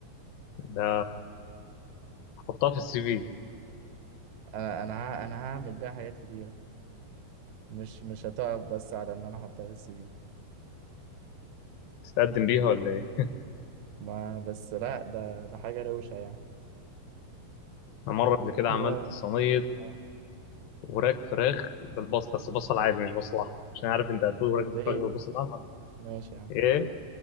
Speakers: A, on the left; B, on the right.
A: ده احطها في السي في
B: انا انا ه- انا هعمل بيها حاجات كتيرة مش مش هتقف بس على ان انا احطها في السي في
A: تتقدم بيها ولا ايه؟
B: ما بس لا ده ده حاجة روشة يعني
A: انا مره قبل كده
B: بقى-
A: عملت صينيه
B: آه،
A: وراك فراخ بالبصل بس بصل عادي
B: اتفضل.
A: مش بصل احمر عشان عارف انت هتقول وراك
B: ليه
A: فراخ بالبصل الاحمر
B: ماشي يا عم
A: ايه